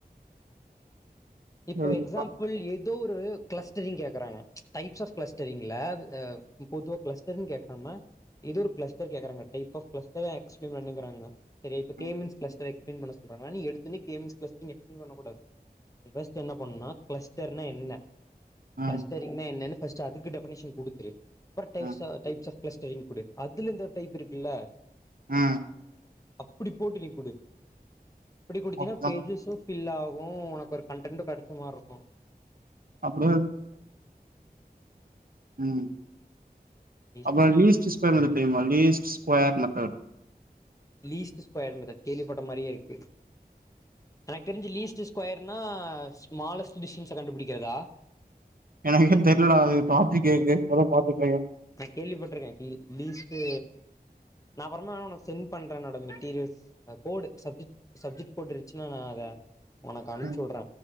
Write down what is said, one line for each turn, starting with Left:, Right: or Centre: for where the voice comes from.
Left: இப்ப
Right: எழுதுப்பா
Left: எக்ஸாம்பிள் ஏது தோ ஒரு கிளஸ்டரிங் கேக்குறாங்க டைப்ஸ் ஆப் கிளஸ்டரிங்ல அ பொதுவா கிளஸ்டரிங் கேக்காம இது ஒரு க்ளஸ்டர் கேக்றாங்க டைப் ஆஃப் கிளஸ்டர் எக்ஸ்ப்ளிமெண்ட் ஸீங்குறாங்க சரியா இப்ப கே
Right: ம்
Left: மீல்ஸ் க்லஸ்டர் எக்ஸ்ப்ளைன் பண்ண சொ பாக்கலானு எடுத்தவொன்னே கேம்ஸ் க்ளஸ்ட்டுனு எக்ஸ்ப்ளைன் பண்ணக்கூாது விவெஸ்டோன என்ன பண்ணுனோ க்ளஸ்டர்னா என்ன க்ளஸ்டரிங்னா
Right: ம்
Left: என்னன்னு ஃபஸ்ட் அதுக்கு டெஃபினிஷன் குடுத்துரு அப்பறோ டைஃப்ஸா
Right: ம்
Left: டைப்ஸ் ஆஃப் க்ளஸ்டரிங் குடு அதுல இந்து ஒரு டைப் இருக்குல்ல
Right: ஆ
Left: அப்புடி போட்டு நீ குடு அப்டி குடுத்தீன்னா
Right: அப்டிதா
Left: பேஜஸும் ஃபில் ஆகோ உனக்கு ஒரு கன்டென்டோ கெடச்ச மாரி இருக்கோ
Right: அப்புறோ ம்
Left: ஈஸி
Right: அப்புறோ
Left: தான்
Right: லீஸ்டு ஸ்கொயர் மெத்தர்டு தெரியுமா least square method
Left: least square method கேள்விப்பட்ட மாரியே இருக்கு எனக்கு தெரிஞ்சு லீஸ்ட் ஸ்கொயர்னா ஸ்மாலஸ்ட் டிஸ்டன்ஸ கண்டுபிடிக்கிறதா
Right: எனக்கோ தெர்லடா அது காபி கேக்கு அதா பாத்துட்றக்க
Left: நா கேள்விப்பட்டிருக்கே லீஸ்டு நா அப்பறமா உனக்கு சென்ட் பண்றே என்னோட material code subject subject code இருச்சுன்னா நா அத உனக்கு அனுப்சுவுடுற
Right: ம்